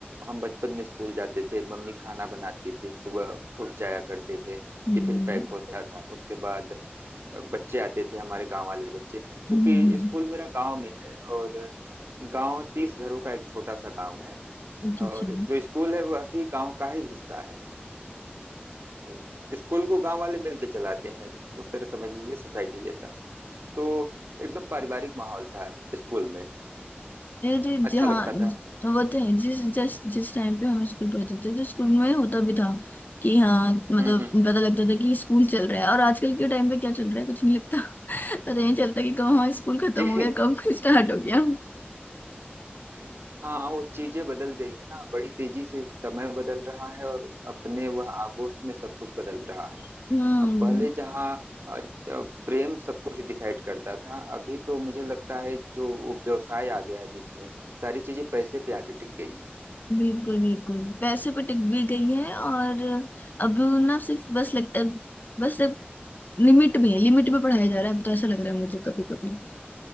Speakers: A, on the right; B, on the left.
A: हम बचपन में स्कूल जाते थे मम्मी खाना बनाती थी सुबह उठ जाया करते थे
B: हम्म
A: टिफिन पैक होता था उसके बाद बच्चे आते थे हमारे गांव वाले बच्चे क्योंकि
B: हम्म,
A: स्कूल मेरा गांव में है और गांव तीस घरों का एक छोटा सा गांव है
B: अच्छा अच्छा
A: और जो स्कूल है वह भी गांव का ही हिस्सा है तो स्कूल को गांव वाले मिलके चलाते हैं उस तरह समझ लीजिए सोसाइटी जैसा तो एकदम पारिवारिक माहौल था स्कूल में
B: अरे
A: अच्छा
B: जहाँ
A: लगता था
B: वो तो है जिस जिस जिस टाइम पे हम स्कूल पढ़ते थे तो स्कूल में होता भी था कि हाँ मतलब
A: हम्म हम्म
B: पता लगता था कि स्कूल चल रहा है और आजकल के टाइम पे क्या चल रहा है कुछ नहीं लगता <laughs> पता नहीं चलता कि कब हमारा स्कूल खत्म
A: जी
B: हो गया कब <laughs> स्टार्ट हो गया
A: <laughs> हाँ वो चीजें बदल गई है ना बड़ी तेजी से समय बदल रहा है और अपने वह आगोश में सब कुछ बदल रहा है
B: हम्म
A: अब पहले जहाँ अ, अ, प्रेम सब कुछ डिसाइड करता था अभी तो मुझे लगता है जो वो व्यवसाय आ गया है बीच में सारी चीजें पैसे पे आके टिक गई हैं
B: बिल्कुल बिल्कुल पैसे पे टिक भी गई है और अब ना सिर्फ बस लगता है बस अब लिमिट में है, लिमिट में पढ़ाया जा रहा है अब तो ऐसा लग रहा है मुझे कभी कभी